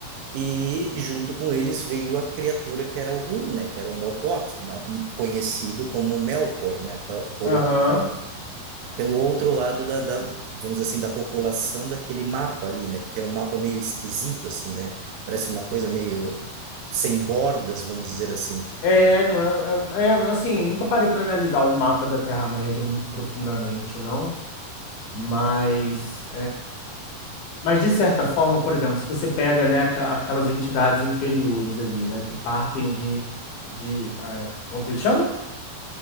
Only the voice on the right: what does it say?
e junto com eles veio a criatura que era o ruim, né? Que era o Morgoth, conhecido como Melkor, né? pra- Por
outros, pelo outro lado da, da, vamos dizer assim, da população daquele mapa ali, né? Porque é um mapa meio esquisito, assim, né? Parece uma coisa meio sem bordas, vamos dizer assim.